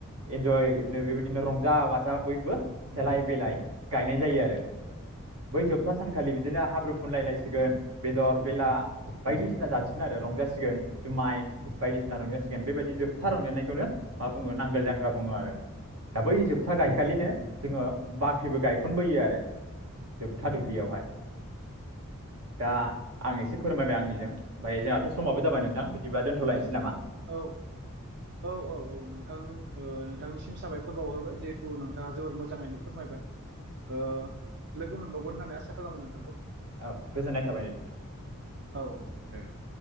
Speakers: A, on the right (about 85°); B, on the right (about 50°).
A: एनज'य नो बेबायदि नो रंजा बाजा बयबो सेलाय बिलाय गायनाय जायो आरो बै जोबथा सानखालि बिदिनो हाब्रु फुनलायलायसिगोन बेदर बेला बायदिसिना जानोसिगोन आरो रंजासिगोन जुमाय बायदिसिना रंजासिगोन बेबायदि जोबथा रंजानायखौनो मा बुङो नांगोल जांखा् बुङो आरो दा बै जोबथा गायखालिनो जोङो बाख्रिबो गायखनबोयो आरो जोबथा दुब्लियावहाय
B: <inaudible> <unintelligible>
A: दा आं एसे फोरमायबाय आंनिजों ओमफाय जोंहाथ' समाबो जाबाय नोंथां बिदिबा दोनथ'लायनोसै नामा
B: औ औ औ औ औ नोंथां नोंथांनिसिम साबायखर बावहरबाय जिहेथु नोंथाङा जोबोर मोजाङैनो फोरमायबाय ओ लोगो मोनबावगोन होननानै आसा खालामो नोंथांखौ
A: औ गोजोननाय थाबाय
B: औ औ दे दे